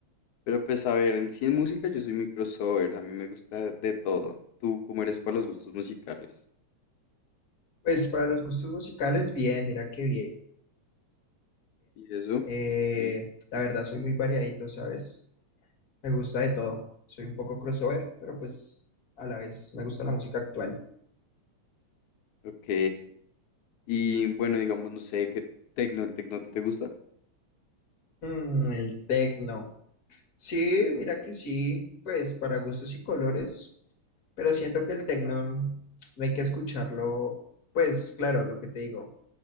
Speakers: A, on the left; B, on the left.
A: Pero pues a ver, en sí en música yo soy muy crossover, a mí me gusta de todo. ¿Tú cómo eres para los gustos musicales?
B: Pues para los gustos musicales, bien, mira qué bien.
A: ¿Y eso?
B: Eh,
A: Sí,
B: la verdad, soy muy variadito, ¿sabes? Me gusta de todo. Soy un poco crossover, pero pues a la vez me gusta la música actual.
A: ok. Y bueno, digamos, no sé, qué tecno, el tecno a ti te gusta.
B: Mm, el tecno. Sí, mira que sí, pues para gustos y colores, pero siento que el tecno no hay que escucharlo. Pues claro, lo que te digo,